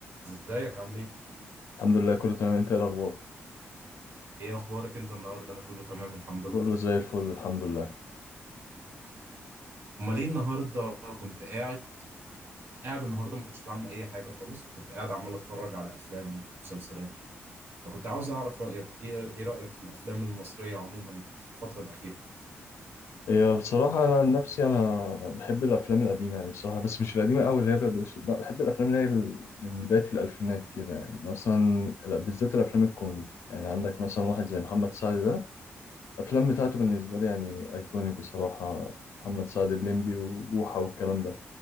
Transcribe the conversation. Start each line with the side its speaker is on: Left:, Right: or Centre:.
Right: ازيك عامل ايه؟
Left: الحمد لله كله تمام انت ايه الاخبار
Right: ايه اخبارك انت النهارده؟ انا كله تمام الحمد لله.
Left: كله زي الفل الحمد لله
Right: امال ايه النهارده كنت قاعد قاعد النهارده ما كنتش بعمل اي حاجه خالص كنت قاعد عمال اتفرج على افلام ومسلسلات فكنت عاوز اعرف رايك ايه ايه رايك في الافلام المصريه عموما في الفتره الاخيره؟
Left: هي بصراحه انا عن نفسي انا بحب الافلام القديمه يعني بصراحه بس مش القديمه قوي اللي هي ابيض واسود لا بحب الافلام اللي هي ال- من بدايه الالفينات كده يعني مثلا ال- بالذات الافلام الكوميدي يعني عندك مثلا واحد زي محمد سعد ده الافلام بتاعته بالنسبه لي يعني ايكونيك بصراحه محمد سعد الليمبي وبوحه والكلام ده